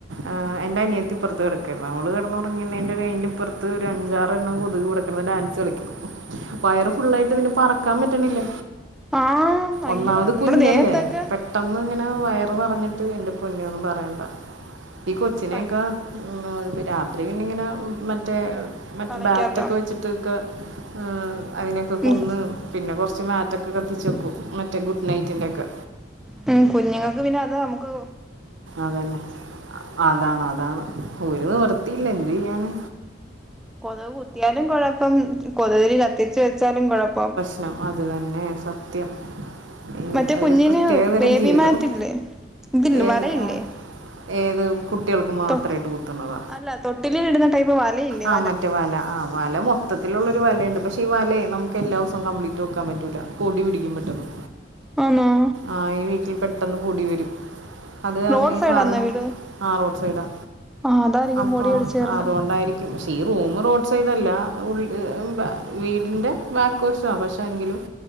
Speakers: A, on the right; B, in the centre.
A: ആ എന്റെ അനിയത്തി പൊറത്ത് കേറി കെറണാ അവള് കെടന്ന് ഒറങ്ങി ഇന്ന് എന്റെ ബെഗിന്റ് ഇപ്പറ പത്ത് ഒരു അഞ്ചാറ് എണ്ണം കൊതുക് ഇവിടെ കിടന്ന് ഡാൻസ് കളിക്കും പയറ് ഫുള്ളായിട്ട് ഇതിന് പറക്കാൻ പറ്റണില്ല
B: ആഹ് ഭയങ്കര
A: ഒന്നാമത്
B: നമ്മടെ
A: കുഞ്ഞല്ലേ
B: ദേഹത്ത് ഒക്കെ
A: പെട്ടെന്ന് ഇങ്ങനെ വയറ് പറഞ്ഞിട്ട് എന്റെ പൊന്നോ ഒന്നും പറയണ്ട ഈ കൊച്ചിനെക്കെ
B: പനി
A: ഉം ഒരു രാത്രി പിന്നെ ഇങ്ങനെ മറ്റേ മറ്റേ
B: തലയ്ക്കകത്തോ
A: ബാറ്റൊക്കെ വെച്ച് തൂക്ക ആ അയിനെക്കെ കൊന്ന്
B: ഉം
A: പിന്നെ കൊറച്ച് മാറ്റ് കത്തിച്ച് വെക്കും മറ്റേ ഗുഡ് നൈറ്റിന്റെ ഒക്കെ
B: പേ കുഞ്ഞുങ്ങൾക്ക് പിന്നെ അത് അമുക്ക്
A: അതന്നെ അതാണ് അതാണ് ഒര് നിവർത്തിയില്ല എന്ത് ചെയ്യാന്
B: കൊതുക് കുത്തിയാലും കൊഴപ്പം കൊതുക് തിരി കത്തിച്ച് വെച്ചാലും കൊഴപ്പം
A: ആ ആ അതു തന്നെ സത്യം ഈ
B: മറ്റേ കുഞ്ഞിന്
A: ഒരു പ്രത്യേകതരം
B: ബേബി
A: ജീവിതം
B: മാറ്റില്ലേ ഇതില്
A: ഏത്
B: വലയില്ലേ
A: ആ, ഏത് കു കുട്ടികൾക്ക് മാത്രം
B: തൊ
A: ഇത് കുത്തുന്നതാ
B: അല്ല തൊട്ടിലിൽ ഇടുന്ന ടൈപ്പ് വലയില്ലേ
A: ആ മറ്റേ വല ആ വല മൊ മൊത്തത്തില് ഒള്ള ഒരു വലയുണ്ട് പക്ഷെ ഈ വല നമുക്ക് എല്ലാ ദിവസവും കംപ്ലീറ്റ് നോക്കാൻ പറ്റൂല പൊടി പിടിക്കും പെട്ടെന്ന്
B: ആന്നോ
A: ആഹ് ഈ വീട്ടിൽ പെട്ടെന്ന് പൊടി വെരും അത്
B: റോഡ്
A: അന്നെ
B: സൈഡാന്നോ
A: ഈ സാധനം
B: വീട്
A: ആ റോഡ് സൈഡാ
B: ആഹ് അതായിരിക്കും
A: അപ്പോ
B: പൊടി പിടിച്ചേർന്ന്
A: അത് കൊണ്ടായിരി പക്ഷേ ഈ റൂമ് റോഡ് സൈഡ് അല്ല ആ ഉള്ളില് ബാ വീടിൻ്റെ ബാക്ക് വശണ് പക്ഷേ എങ്കിലും